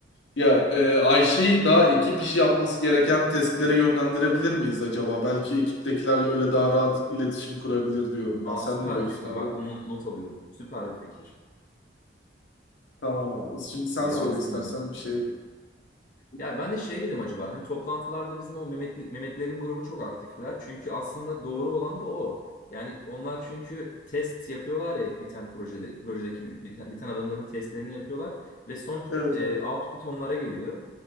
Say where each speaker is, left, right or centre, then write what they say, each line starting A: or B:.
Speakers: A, on the left; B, on the left.
A: Ya e, Ayşe'yi daha ekip işi yapması gereken testlere yönlendirebilir miyiz acaba? Belki ekiptekilerle öyle daha rahat iletişim kurabilir diyorum
B: Aa
A: ben. Sen
B: süper
A: ne diyorsun
B: bir fikir.
A: abi?
B: Bak bunu not alıyorum. Süper bir fikir.
A: Tamam abi. Şimdi sen
B: Dur yazdım
A: söyle istersen
B: bunu.
A: bir şey.
B: Ya ben de şey dedim acaba hani toplantılarda bizim o Mehmetli, Mehmetlerin grubu çok aktifler. Çünkü aslında doğru olan da o. Yani onlar çünkü test yapıyorlar ya bir tane projede, projedeki bir, bir, tane bir tane adamların testlerini yapıyorlar ve son
A: Evet
B: e,
A: abi.
B: output onlara geliyor.